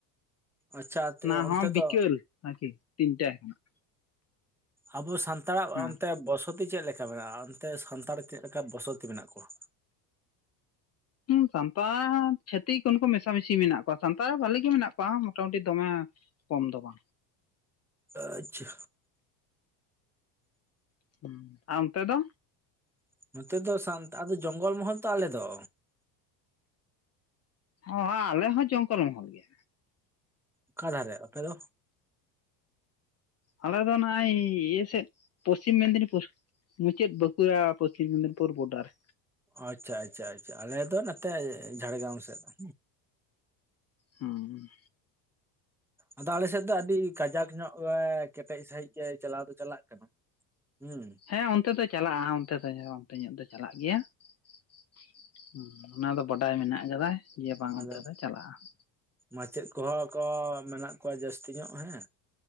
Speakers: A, in the centre; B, on the left.
A: ᱟᱪᱪᱷᱟ
B: ᱚᱱᱟ
A: ᱚᱱᱛᱮ
B: ᱦᱚᱸ ᱵᱤᱠᱟ.
A: ᱫᱚ
B: ᱞ ᱟᱨᱠᱤ ᱛᱤᱱᱴᱟ ᱠᱷᱚᱱᱟᱜ
A: ᱟᱵᱚ ᱥᱟᱱᱛᱟᱲᱟᱜ
B: ᱦᱮᱸ
A: ᱚᱱᱛᱮ ᱵᱚᱥ ᱥᱚᱛᱤ ᱪᱮᱫ ᱞᱮᱠᱟ ᱢᱮᱱᱟᱜᱼᱟ ᱚᱱᱛᱮ ᱥᱟᱱᱛᱟᱲ ᱪᱮᱫ ᱞᱮᱠᱟ ᱵᱚᱥᱚᱛᱤ ᱢᱮᱱᱟᱜ ᱠᱚᱣᱟ?
B: ᱦᱩᱸ ᱥᱟᱱᱛᱟᱲ ᱪᱷᱟᱹᱛᱤᱠ ᱩᱱᱠᱩ ᱢᱮᱥᱟᱢᱤᱥᱤ ᱢᱮᱱᱟᱜ ᱠᱚᱣᱟ ᱥᱟᱱᱛᱟᱲ ᱵᱷᱟᱞᱤ ᱜᱮ ᱢᱮᱱᱟᱜ ᱠᱚᱣᱟ ᱢᱳᱴᱟᱢᱩᱴᱤ ᱫᱚᱢᱮ ᱠᱚᱢ ᱫᱚ ᱵᱟᱝ
A: ᱟᱪᱪᱷᱟ
B: ᱦᱩᱸ ᱟᱨ ᱚᱱᱛᱮ ᱫᱚ?
A: ᱱᱚᱛᱮ ᱫᱚ ᱥᱟᱱᱛᱟᱲ ᱟᱫᱚ ᱡᱚᱝᱜᱚᱞ ᱢᱚᱦᱚᱞ ᱛᱚ ᱟᱞᱮ ᱫᱚ
B: ᱚ ᱟ ᱟᱞᱮ ᱦᱚᱸ ᱡᱚᱝᱜᱚᱞ ᱢᱚᱦᱚᱞ ᱜᱮ
A: ᱚᱠᱟ ᱫᱷᱟᱨᱮ ᱟᱯᱮ ᱫᱚ?
B: ᱟᱞᱮᱫᱚ ᱚᱱᱟ ᱤᱭᱟᱹ ᱥᱮᱫ ᱯᱚᱥᱪᱷᱤᱢ ᱢᱮᱫᱽᱱᱤᱯᱩᱨ᱾ ᱢᱩᱪᱟᱹᱫ ᱵᱟᱠᱩᱲᱟ ᱯᱚᱥᱪᱷᱤᱢ ᱢᱮᱫᱽᱱᱤᱯᱩᱨ ᱵᱳᱰᱟᱨ ᱾
A: ᱟᱪᱪᱷᱟ ᱟᱪᱪᱷᱟ ᱟᱪᱪᱷᱟ, ᱟᱞᱮ ᱫᱚ ᱱᱟᱛᱮ ᱡᱷᱟᱲᱜᱨᱟᱢ ᱥᱮᱫ ᱾
B: ᱦᱩᱸ
A: ᱟᱫᱚ ᱟᱞᱮ ᱥᱮᱫ ᱫᱚ ᱟᱹᱰᱤ ᱠᱟᱡᱟᱠ ᱧᱚᱜ ᱜᱮ ᱠᱮᱴᱮᱡ ᱥᱟᱺᱦᱤᱡ ᱜᱮ ᱪᱟᱞᱟᱣ ᱫᱚ ᱪᱟᱞᱟᱜᱼᱼ ᱠᱟᱱᱟ ᱾ ᱦᱩᱸ
B: ᱦᱮᱸ ᱚᱱᱛᱮ ᱫᱚ ᱪᱟᱞᱟᱜᱼᱟ ᱚᱱᱛᱮ ᱫᱚ ᱚᱱᱛᱮ ᱧᱚᱜ ᱫᱚ ᱪᱟᱞᱟᱜ ᱜᱮᱭᱟ ᱾ ᱦᱩᱸ ᱚᱱᱟ ᱫᱚ ᱵᱟᱰᱟᱭ ᱢᱮᱱᱟᱜ ᱠᱟᱫᱟ ᱡᱮ ᱵᱟᱝ
A: ᱟᱫᱚ
B: ᱚᱱᱛᱮ ᱫᱚ ᱪᱟᱞᱟᱜᱼᱟ ᱾
A: ᱢᱟᱪᱮᱫ ᱠᱚᱦᱚᱸ ᱠᱚ ᱢᱮᱱᱟᱜ ᱠᱚᱣᱟ ᱡᱟᱹᱥᱛᱤ ᱧᱚᱜ ᱦᱮᱸ